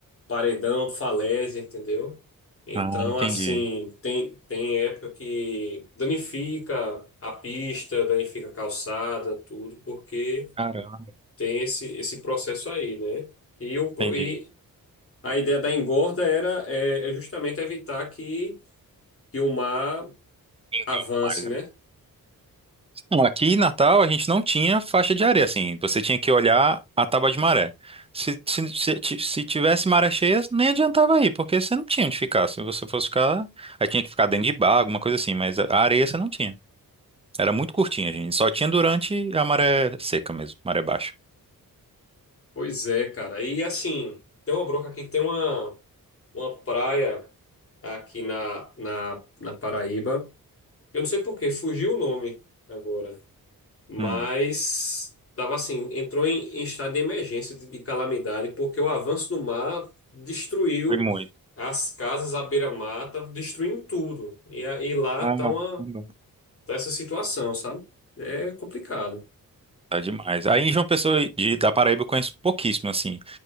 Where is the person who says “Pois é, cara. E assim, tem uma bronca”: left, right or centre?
Left